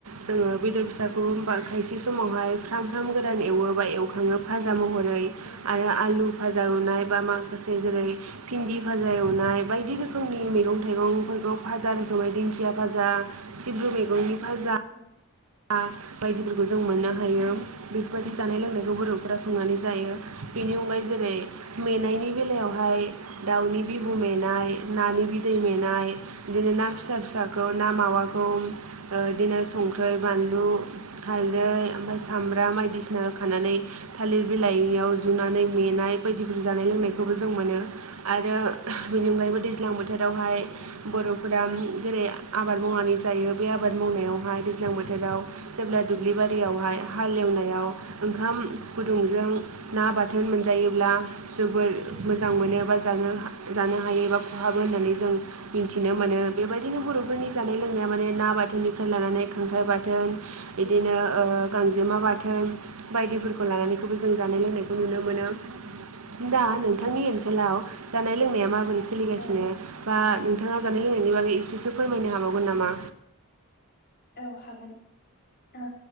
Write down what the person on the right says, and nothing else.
जोङो बेदर फिसाखौबो हबा खायसे समावहाय फार्म ओंखाम गोदान एवोबा एवखाङो फाजा महरै
आरो आलु फाजा एवनाय बा माखासे जेरै भिन्दि भाजा एवनाय बायदि रोखनि मैंने मैंफोरखौ
फाजा रोखोमै दिंखिया फाजा सिब्रु मैगंनि बाजा
आ बायदिफोरखौ जों मोननो
हायो बेफोरबायदि जानाय लोंनायखौ बर रा संनानै जायो बेनि अनगायै जेरै मेंनायनि बेलायावहाय दाउनि बिबु मेनाय नानि बिदै मेनाय बिदिनो ना फिसा फिसा ना मावाखौ ओ बिदिनो संख्रि ओै बानलु हालदै ओमफ्राय सामब्राम बायदिसिना हो खानानै थालिर बिलाइ याव जुनानै मेनाय बायदिफोर जानाय लोंनायखौबो जों मोनो आरो बेनि अनगायैबो दैज्लां बोथोर बेयावहाय बर'फोरा जेरै आबाद मावनानै जायो बे आबाद मावनायावहाय दैज्लां बोथोराव जेब्ला दुब्लि बारियावहाय हालेवनायाव ओंखाम गुदुंजों ना बाथोन मोनजायोब्ला जोबोद मोजां मोनो बा जानो जानो हायो एबा खहाबो होननानै जों मिथिनो मोनो बेबायदिनो बरफोरनि जानाय लोंनाया माने ना। बाथनिफ्राय लानानै खांख्राइ बाथोन बिदिनो ओ गांजेमा बाथोन बायदिफोरखौ लानानैखौबो जों जानाय लोंनायखौ नुनो मोनो दा नोंथांनि
ओनसोलाव जानाय लोंनाया माबोरै सोलिगासिनो?
बा नोंथाङा जानाय लोंनायनि बागै एसेसो फोरमायनो हाबावगोन नामा?